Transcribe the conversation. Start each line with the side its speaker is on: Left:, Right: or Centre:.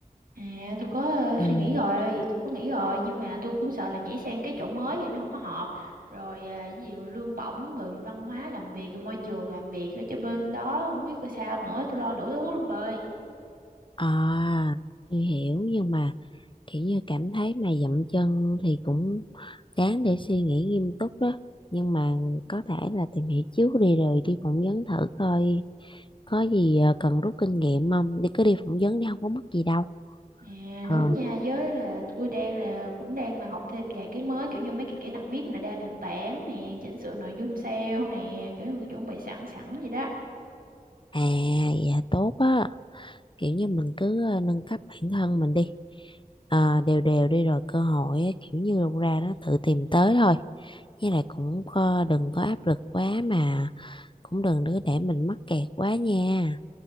Right: à tôi có ờ,
Left: ừ
Right: suy nghĩ rồi chắc có nghĩ rồi nhưng mà tôi cũng sợ là nhảy sang cái chỗ mới thì nó không có hợp rồi à, ví dụ lương bổng người văn hóa làm việc môi trường làm việc ở cho bên đó không biết coi sao nữa tôi lo đủ thứ luôn bà ơi
Left: à tôi hiểu nhưng mà kiểu như cảm thấy mà dậm chân thì cũng đáng để suy nghĩ nghiêm túc đó nhưng mà có thể là tìm hiểu trước đi rồi đi phỏng vấn thử coi có gì ờ, cần rút kinh nghiệm không đi cứ đi phỏng vấn đi không có mất gì đâu
Right: À
Left: ờ
Right: đúng nha, với là tôi đang là cũng đang là học thêm vài cái mới kiểu như mấy cái kỹ năng viết nè, đa nền tảng nè, chỉnh sửa nội dung SEO nè, kiểu như tôi chuẩn bị sẵn sẵn vậy đó.
Left: à dạ tốt á kiểu như mình cứ ờ, nâng cấp bản thân mình đi Ờ, đều đều đi rồi cơ hội á, kiểu như đâu ra nó tự tìm tới thôi với lại cũng có, đừng có áp lực quá mà cũng đừng đứa để mình mắc kẹt quá nha